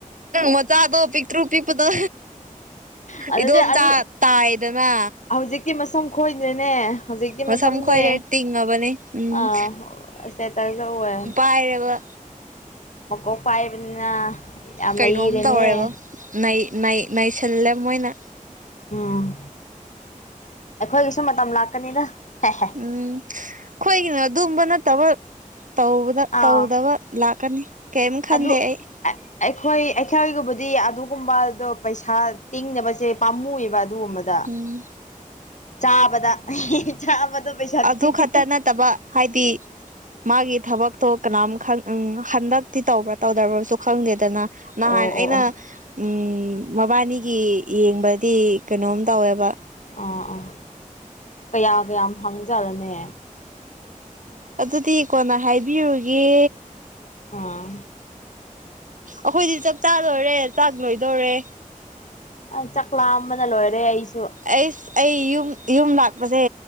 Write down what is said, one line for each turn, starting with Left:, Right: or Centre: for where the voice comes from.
Right: ꯃꯆꯥꯗꯣ ꯄꯤꯛꯇ꯭ꯔꯨ ꯄꯤꯄꯗꯣ
Left: ꯑꯗꯨꯗꯤ
Right: ꯏꯗꯣꯝꯆꯥ
Left: ꯑꯗꯨ
Right: ꯇꯥꯏꯗꯅ
Left: ꯍꯧꯖꯤꯛꯇꯤ ꯃꯁꯝ ꯈꯣꯏꯗ꯭ꯔꯦꯅꯦ ꯍꯧꯖꯤꯛꯇꯤ
Right: ꯃꯁꯝ
Left: ꯃꯁꯝꯖꯦ
Right: ꯈꯣꯏꯔꯦ ꯇꯤꯡꯉꯕꯅꯦ ꯎꯝ
Left: ꯑꯥ ꯑꯤꯁꯇꯦꯇꯁꯗ ꯑꯨꯏꯌꯦ
Right: ꯑꯥꯏꯔꯕ
Left: ꯃꯀꯣꯛ ꯄꯥꯏꯕꯅꯤꯅ ꯌꯥꯝ
Right: ꯀꯩꯅꯣꯝ
Left: ꯅꯩ ꯔꯦꯅꯦꯍꯦ
Right: ꯇꯧꯔꯦꯕ ꯅꯩ ꯅꯩ ꯅꯩꯁꯜꯂꯦ ꯃꯣꯏꯅ
Left: ꯎꯝ ꯑꯈꯣꯏꯒꯤꯁꯨ ꯃꯇꯝ ꯂꯥꯛꯀꯅꯤꯗ ꯍꯦ ꯍꯦ
Right: ꯎꯝ ꯈꯣꯏꯒꯤꯅ ꯑꯗꯨꯝꯕ ꯅꯠꯇꯕ ꯇꯧꯕ
Left: ꯑꯥ
Right: ꯇꯧꯗꯕ ꯂꯥꯛꯀꯅꯤ ꯀꯩꯝ ꯈꯟꯗꯦ
Left: ꯑꯗꯨ
Right: ꯑꯩ
Left: ꯑꯩꯈꯣꯏ ꯑꯩꯈꯣꯏꯒꯨꯝꯕꯗꯤ ꯑꯗꯨꯒꯨꯝꯕꯗꯣ ꯄꯩꯁꯥ ꯇꯤꯡꯅꯕꯁꯦ ꯄꯥꯝꯃꯨꯏ ꯌꯦꯕ ꯗꯨꯒꯨꯝꯕꯗ
Right: ꯎꯝ
Left: ꯆꯥꯕꯗ ꯆꯥꯕꯗꯣ ꯄꯩꯁꯥ
Right: ꯑꯗꯨ
Left: ꯊꯤꯡꯉꯦ
Right: ꯈꯛꯇ ꯅꯠꯇꯕ ꯍꯥꯏꯗꯤ ꯃꯥꯒꯤ ꯊꯕꯛꯇꯣ ꯀꯅꯥꯝ ꯈꯡ ꯎꯝ ꯍꯟꯗꯛꯇꯤ ꯇꯧꯒ ꯇꯧꯗ꯭ꯔꯕꯁꯨ ꯈꯪꯗꯦꯗꯅ
Left: ꯑꯣ
Right: ꯅꯍꯥꯟ
Left: ꯑꯣ
Right: ꯑꯩꯅ
Left: ꯑꯣ
Right: ꯎꯝ ꯃꯕꯥꯟꯅꯤꯒꯤ ꯌꯦꯡꯕꯗꯤ ꯀꯩꯅꯣꯝ ꯇꯧꯋꯦꯕ
Left: ꯑꯥ ꯑꯥ ꯀꯌꯥ ꯀꯌꯥꯝ ꯐꯪꯖꯔꯅꯦ
Right: ꯑꯗꯨꯗꯤ ꯀꯣꯟꯅ ꯍꯥꯏꯕꯤꯔꯨꯒꯦ
Left: ꯑꯥ
Right: ꯑꯈꯣꯏꯗꯤ ꯆꯥꯛ ꯆꯥ ꯂꯣꯏꯔꯦ ꯆꯥꯛ ꯂꯣꯏꯗꯣꯔꯦ
Left: ꯑ ꯆꯥꯛꯂꯥꯝꯕꯅ ꯂꯣꯏꯔꯦ ꯑꯩꯁ
Right: ꯑꯩꯁ ꯑꯩ ꯌꯨꯝ ꯏꯌꯨꯝ ꯂꯥꯛꯄꯖꯦ